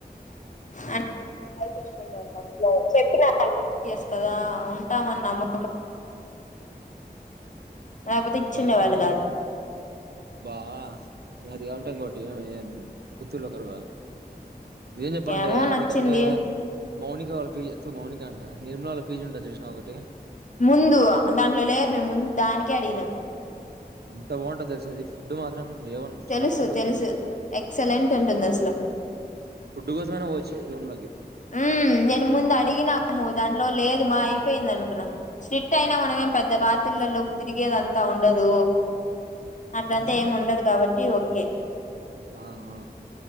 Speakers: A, on the left (about 50°); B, on the right (about 80°).
A: కుంటారు <unintelligible> <unintelligible> లేకపోతే ఇచ్చిండేవాళ్ళు
B: నమ్మకం
A: కాదు
B: బా అది కాకుంటే ఇంకోటి పుత్తూరులో కరువ నిజం చెప్పాలంటే
A: ఏమో
B: అది
A: నచ్చింది
B: కంటే మౌనిక వాళ్ళ పీజ్ తు మౌనిక అంటా నిర్మల వాళ్ళ పీజీ ఉంటాది చూసినావ ఒకటి
A: ముందు దాంట్లో లేదు మేము ముందు దానికే అడిగినం
B: ఎంత బాగుంటదో తెలుసా అది ఫుడ్డు మాత్రం మేవన్ చాలా
A: తెలుసు
B: బాగుంటది
A: తెలుసు ఎక్సలెంట్ ఉంటుంది అసలు
B: ఫుడ్డు కోసమైనా పోవ్వచ్చు రూమ్లకి
A: ఊ నేను ముందు అడిగిన <inaudible> దాంట్లో లేదు మా అయిపోయింది అనుకున్నా స్ట్రిక్ట్ అయినా మనమేం పెద్ద రాత్రిలల్లో తిరిగేదంతా ఉండదు అట్లంతా
B: ఆ
A: ఏం ఉండదు కాబట్టి ఓకే
B: ఆ హా